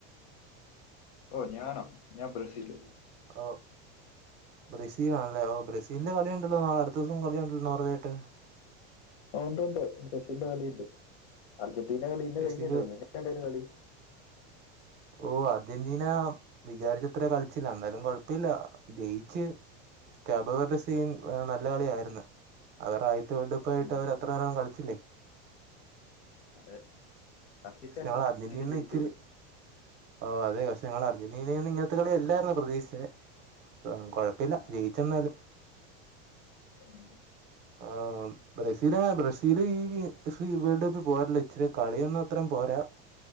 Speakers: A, on the left; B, on the right.
A: ഓ ഞാനൊ ഞാൻ ബ്രസീൽ
B: ഒ ബ്രസീലാണല്ലേ ഓ ബ്രസീൽന്റെ കളിയുണ്ടല്ലോ നാളെടുത്ത ദിവസം കളിയണ്ടല്ലോർഞ്ഞെട്ട്
A: ഉണ്ട് ഉണ്ട് ബ്രസീലിന്റെ കളി ഉണ്ട് അർജന്റീന കളി ഇന്ന്
B: ബ്രസീല്
A: കഴിഞ്ഞല്ലോ എങ്ങെയുണ്ട് കളി.
B: ഓ അർജന്റീന വിചാരിച്ചത്ര കളിച്ചില്ല ന്നാലും കുഴപ്പല്ല ജയിച്ച് ക്യാബവരുടെ സീൻ നല്ല കളിയായിരുന്നു അവർ ആയിത്തെ വേൾഡ് കപ്പ് ആയിട്ട്
A: ഉം.
B: അവർ അത്ര നേരം കളിച്ചില്ലേ
A: അതെ കഷ്ടിച്ചാണ്
B: ഞങ്ങളെ അർജന്റീന
A: ജയിച്ചു
B: ഇത്തിരി
A: കൊടുത്തത്
B: ഓ അതേ പക്ഷേ ഞങ്ങൾ അർജന്റീനയിൽ നിന്ന് ഇങ്ങനത്തെ കളി അല്ലായിരുന്നു പ്രതീക്ഷിച്ച പക്ഷേ കെഴ പിന്നെ
A: ആ.
B: ജയിച്ചെന്നാലും
A: ഉം.
B: ആഹ്‌ ബ്രസീൽ ആ ബ്രസീല് ഈ വേൾഡ് കപ്പിൽ പോരല്ലോ ഇച്ചിരി കളിയൊന്നും അത്രം പോരാ